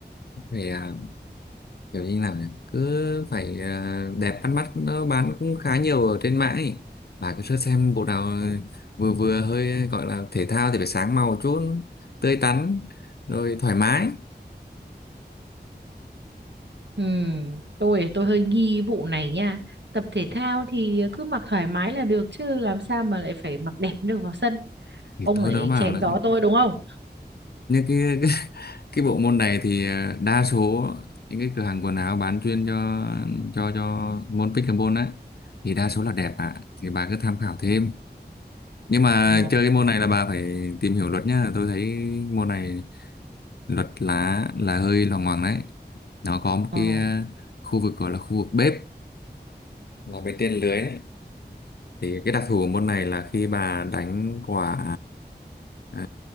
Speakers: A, on the left (about 65°); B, on the right (about 80°).
A: phải à, kiểu như nào nhỉ cứ phải à, đẹp bắt mắt nó bán cũng khá nhiều ở trên mạng ấy bà cứ search xem bộ nào vừa vừa hơi gọi là thể thao thì phải sáng màu chút tươi tắn rồi thoải mái
B: Ừm, tôi tôi hơi nghi vụ này nha. Tập thể thao thì cứ mặc thoải mái là được chứ làm sao mà lại phải mặc đẹp được vào sân.
A: thì
B: Ông
A: tôi
B: ấy
A: nó bảo
B: chém
A: là
B: gió tôi đúng không?
A: như cái <laughs> cái bộ môn này thì ờ, đa số những cái cửa hàng quần áo bán chuyên cho cho cho môn pickleball á thì đa số là đẹp ạ thì bà cứ tham khảo thêm nhưng mà
B: Rồi.
A: chơi cái môn này là bà phải tìm hiểu luật nhá tôi thấy môn này luật lá là hơi loằng ngoằng đấy nó có một
B: Ờ.
A: cái ờ, khu vực gọi là khu vực bếp là bên trên lưới đấy thì cái đặc thù của môn này là khi bà đánh quả ờ,